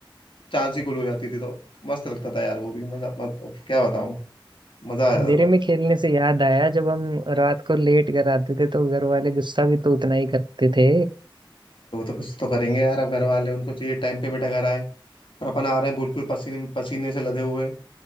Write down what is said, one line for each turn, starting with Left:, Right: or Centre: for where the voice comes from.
Left: चांद सी गुल हो जाती थी तो मस्त लगता था यार वो भी मजा मत क्या बताऊँ मजा आ
Right: अंधेरे
Left: जाता था
Right: में खेलने से याद आया जब हम रात को लेट घर आते थे तो घर वाले गुस्सा भी तो उतना ही करते थे
Left: तो वो तो कुछ तो करेंगे यार अब घर वाले उनको चाहिए टाइम पे बेटा घर आए और अपन आ रहे हैं बिल्कुल पसीने पसीने से लदे हुए